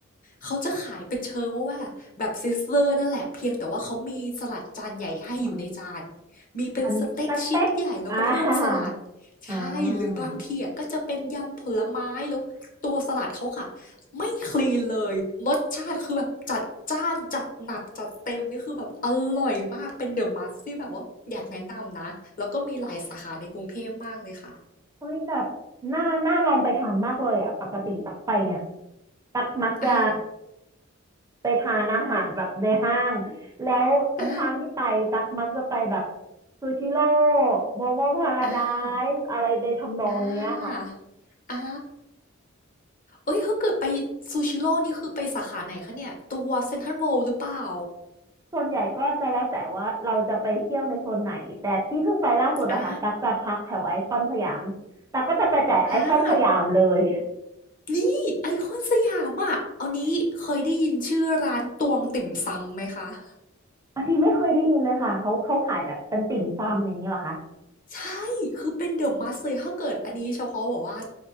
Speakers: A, on the left (about 40°); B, on the right (about 15°).
A: เขาจะขายเป็นเชิงว่าว่าแบบซิสเลอร์นั่นแหละเพียงแต่ว่าเขามีสลัดจานใหญ่ให้อยู่ในจาน
B: อ๋อ
A: มีเป็นสเต็กชิ้นใหญ่แล้วก็เพิ่มสลัด
B: มันสเต็กอ่า <laughs>
A: ใช่หรือบางทีอ่ะก็จะเป็นยำผลไม้แล้วตัวสลัดเขาค่ะ
B: อ่า
A: ไม่คลีนเลยรสชาติคือแบบจัดจ้านจัดหนักจัดเต็มนี่คือแบบอร่อยมากเป็นเดอะมัสที่แบบว่าอยากแนะนำนะแล้วก็มีหลายสาขาในกรุงเทพมากเลยค่ะ
B: เฮ้ยแบบน่าน่าลองไปทานมากเลยอ่ะปกติตักไปเนี่ยตักมักจะ
A: อ่า
B: ไปทานอาหารแบบในห้าง แล้วทุกครั้งที่ไปตักมักจะไปแบบ
A: อ่า
B: ซูชิโร่โมโมพาราได
A: อ่า
B: ซ์อะไรในทำนองเนี้ยค่ะ
A: อ่าอ่า เอ้ยถ้าเกิดไปซูชิโร่นี่คือไปสาขาไหนคะเนี่ยตัวเซ็นทรัลเวิลด์หรือเปล่า
B: ส่วนใหญ่ก็จะแล้วแต่ว่าเราจะไปเที่ยวในโซนไหน แต่ที่เพิ่งไปล่าสุดอะค่ะตักจะพักแถวไอคอนสยามตักก็จะไปแต่ไอคอนสยามเลย
A: อ่าอ่านี่ไอคอนสยามอ่ะเอานี้เคยได้ยินชื่อร้านตวงติ่มซำไหมคะ <laughs>
B: <laughs> อันนี้ไม่เคยได้ยินเลยค่ะเขาเขาขายแบบเป็นติ่มซำอย่างนี้เหรอคะ
A: ใช่ คือเป็น The Must เลย ถ้าเกิดอันนี้เฉพาะแบอกว่า